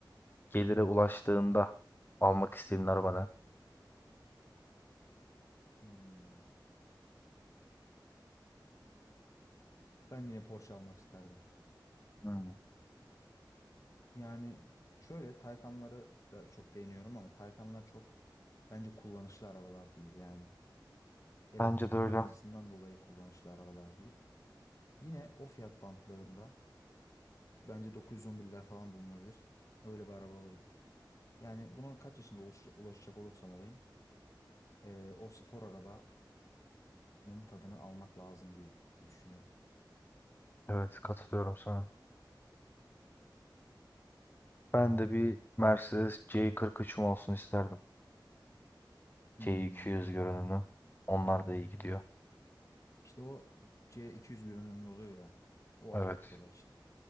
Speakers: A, on the left (about 25°); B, on the left (about 40°).
A: gelire ulaştığında almak istediğin araba ne?
B: Hmm. Ben yine Porsche almak isterdim.
A: Hmm.
B: Yani şöyle Taycanları da çok beğeniyorum ama Taycanlar çok bence kullanışlı arabalar değil yani. elektrikli
A: Bence de öyle.
B: olmasından dolayı kullanışlı arabalar değil. Yine o fiyat bantlarında bence 911'ler falan bulunabilir. Öyle bir araba alırdım. Yani buna kaç yaşında ulaş- ulaşacak olursam olayım eee, o spor arabanın tadını almak lazım diye düşünüyorum.
A: Evet katılıyorum sana. Ben de bir Mercedes C43'üm olsun isterdim.
B: Hmm.
A: C200 görünümlü. Onlar da iyi gidiyor.
B: İşte o C200 görünümlü oluyor ya. O
A: Evet.
B: acayip bir olay işte.